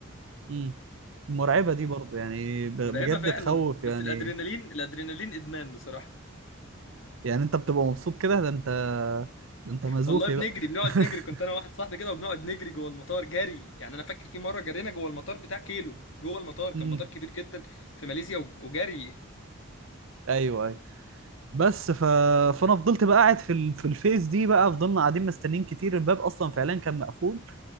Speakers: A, on the right (about 65°); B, on the left (about 65°).
A: امم المرعبة دي برضه يعني ب...
B: فمرعبه
A: بجد
B: فعلا
A: تخوف يعني
B: بس الادرينالين الادرينالين ادمان بصراحه
A: يعني انت بتبقى مبسوط كده ده انت ده انت مزوخي
B: والله بنجري
A: بقى
B: بنقعد
A: <laughs>
B: نجري كنت انا واحد صاحبي كده وبنقعد نجري جوه المطار جري يعني انا فاكر في مره جرينا جوه المطار بتاع كيلو جوه المطار كان
A: امم
B: مطار كبير جدا في ماليزيا وج- وجري
A: ايوه بس ف... فانا فضلت بقى قاعد في ال... في الفيس دي بقى فضلنا قاعدين مستنيين كتير الباب اصلا فعلا كان مقفول